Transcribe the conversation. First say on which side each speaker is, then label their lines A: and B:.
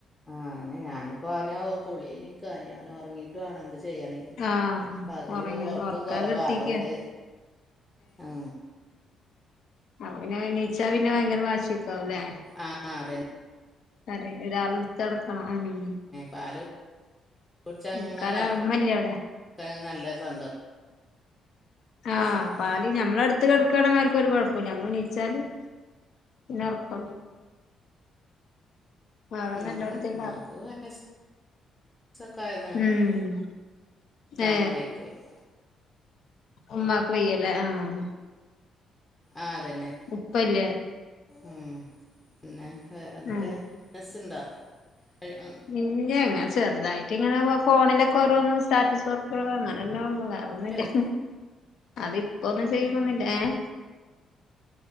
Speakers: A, on the left; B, on the left.
A: അനെ ഞാനിപ്പ അവനെ കുളി കയിഞ്ഞ് നിക്കാ അവനിനി ഒറങ്ങിട്ടു വേണം എന്ത് ചെയ്യണെങ്കിൽ
B: ആഹ്
A: പകല്
B: ഒറങ്ങ
A: ഒറക്കം
B: ഒറക്കാൻ
A: കൊറവാ
B: കെടത്തിക്ക
A: അതൊണ്ട് ആഹ
B: അപ്പപിന്നെ എണീച്ച പിന്നെ ഭയങ്കര വാശിക്കാവല്ലേ
A: ആഹ ആഹ അതന്നെ
B: അതെ ഒരാൾ എടുത്ത് നടക്കണം ഉം
A: പാലു കുടിച്ചങ്ങനെ
B: എടുക്കാന്
A: കെടക്കാൻ
B: ഉമ്മല്ലേ അവിടെ
A: നല്ല സന്തോ <unintelligible>
B: ആഹ് പാല് ഞമ്മളടുത്ത് കെടക്കുകയാണെ അവർക്കരു കൊഴപ്പയില്ല ഞമ്മള് ഇണ്ണീച്ചാല് പിന്നെ ഉറക്ക അതന്നെ
A: ഇമ്മിണ്ട്
B: എല്ലോടത്തും
A: ഇമ്മാക്ക്
B: ഇണ്ടാവല്
A: വയസ്സൊക്കെ ആയതാണ്
B: ഉം
A: എടു ക്കാനൊന്നും
B: ഏ
A: വയിക്കൂലേ
B: ഉമ്മാക്ക് വയ്യല്ലേ ആഹ
A: ആഹ അതന്നെ
B: ഉപ്പല്ലേ
A: ഉം പിന്നെ വേറെ എന്താക്കെയ
B: ആ
A: ബസന്താ ആഹ
B: പിന്നെ എങ്ങെ ചെറുതായിട്ട് ഇങ്ങനെ ഫോണിലൊക്കെ ഓരോന്ന് സ്റ്റാറ്റസ് വർക്ക അങ്ങനെള്ളോ വേറന്നില്ല
A: ഇല്ല
B: അതിപ്പോൊന്നും ചെയ്യണന്നില്ലേ ഏഹ്